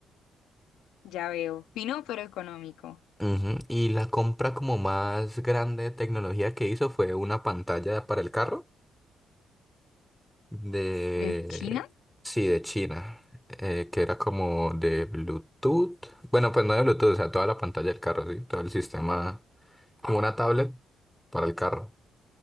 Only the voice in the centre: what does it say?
Ujú. Y la compra como más grande de tecnología que hizo fue una pantalla para el carro de...
Sí, de China, eh, que era como de Bluetooth. Bueno, pues no de Bluetooth, o sea, toda la pantalla del carro, sí, todo el sistema, como una tablet para el carro.